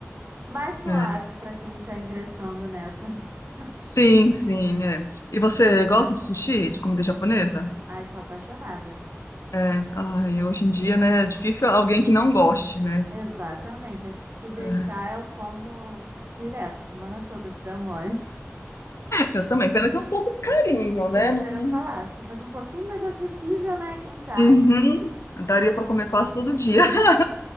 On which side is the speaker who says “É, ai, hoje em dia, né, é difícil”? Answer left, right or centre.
Left